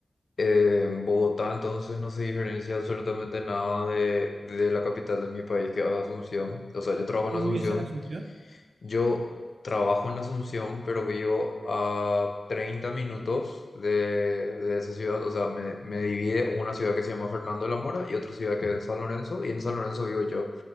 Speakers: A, on the left (about 55°); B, on the right (about 80°).
A: eh, en Bogotá entonces no se diferencia absolutamente nada de, de la capital de mi país, que es Asunción. O sea, yo trabajo
B: ¿Tú
A: en Asunción.
B: vives en Asunción?
A: Yo trabajo en Asunción, pero vivo a 30 minutos de, de esa ciudad. O sea, me, me divide una ciudad que se llama Fernando de la Mora y otra ciudad que es en San Lorenzo. Y en San Lorenzo vivo yo.